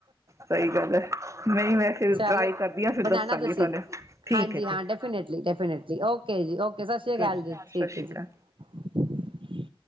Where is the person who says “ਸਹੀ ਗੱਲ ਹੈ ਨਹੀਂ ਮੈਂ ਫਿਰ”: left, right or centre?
Right